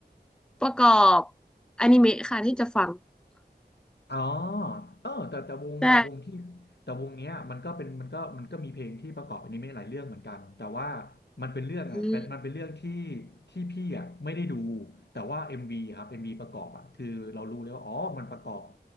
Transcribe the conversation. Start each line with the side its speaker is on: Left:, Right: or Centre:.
Centre: ประกอบอนิเมะค่ะที่จะฟัง
Left: อ๋อเออแต่แต่วงแต่วงที่
Centre: ใช่
Left: แต่วงเนี้ยมันก็เป็นมันก็มันก็มีเพลงที่ประกอบอนิเมะหลายเรื่องเหมือนกันแต่ว่ามันเป็นเรื่องอะเป็นมันเป็นเรื่องที่
Centre: อืม
Left: ที่พี่อ่ะไม่ได้ดูแต่ว่า MV ครับ m ีประกอบอ่ะคือเรารู้เลยว่าอ๋อมันประกอบ